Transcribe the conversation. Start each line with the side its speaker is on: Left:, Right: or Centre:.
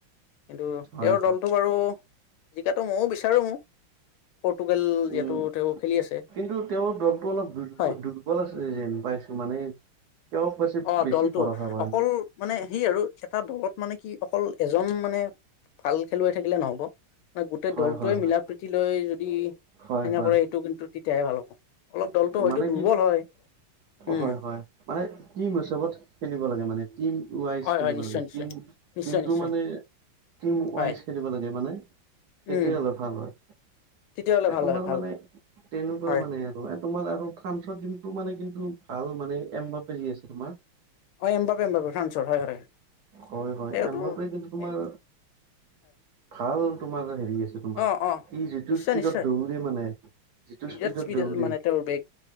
Left: কিন্তু
Right: হয়
Left: তেওঁৰ
Right: হয়
Left: দল আৰু জিকাতো ময়ো বিচাৰো। পৰ্তুগাল যিহেতু
Right: উম,
Left: তেওঁ খেলি আছে
Right: কিন্তু তেওঁৰ দলটো অলপ দুৰ-দুৰ্বল
Left: হয়
Right: আছে যেন পাইছো মানে। তেওঁক বেছি
Left: অ'
Right: বেছি
Left: দলটো,
Right: ভৰসা কৰে
Left: অকল মানে সেই আৰু এটা দলত মানে কি অকল এজন মানে ভাল খেলুৱৈ থাকিলে নহ'ব। গোটেই
Right: হয়
Left: দলটোৱে
Right: হয় হয়
Left: মিলা-প্ৰীতিলৈ যদি
Right: হয়
Left: এনে
Right: হয়
Left: কৰ, সেইটো কিন্তু তেতিয়াহে ভাল হ'ব। অলপ দলটো হয়তো
Right: মানে
Left: দুৰ্বল
Right: কি
Left: হয়। উম
Right: হয় হয় মানে টিম হিচাপত খেলিব লাগে মানে, টিমৱাইজ
Left: হয়
Right: খেলিব
Left: হয় নিশ্চয়
Right: লাগে,
Left: নিশ্চয়
Right: টিম-টিমটো
Left: নিশ্চয় নিশ্চয়
Right: মানে টিমৱাইজ
Left: হয়
Right: খেলিব লাগে মানে। তেতিয়হ'লে
Left: উম
Right: ভাল হয়।
Left: তেতিয়াহ'লে
Right: এ
Left: ভাল
Right: তোমাৰ
Left: হয় ভাল
Right: মানে তেনেকুৱা
Left: হয়
Right: মানে, আৰু তোমাৰ আৰু ফ্ৰান্সৰ টিমটো মানে কিন্তু ভাল মানে এম্বাপে যি আছে তোমাৰ।
Left: অ' এমপাবে এমপাবে ফ্ৰান্সৰ, হয় হয়।
Right: হয় হয়।
Left: তেওঁতো
Right: এমপাবে কিন্তু তোমাৰ,
Left: হয়
Right: ভাল। তোমাৰ হেৰ সি আছে তোমাৰ,
Left: অ অ
Right: সি যিটো
Left: নিশ্চয়
Right: স্পীডত
Left: নিশ্চয়
Right: দৌৰে মানে, যিটো
Left: বিৰাট
Right: স্পীডত
Left: স্পীড
Right: দৌৰে!
Left: মানে তেওঁৰ বেগ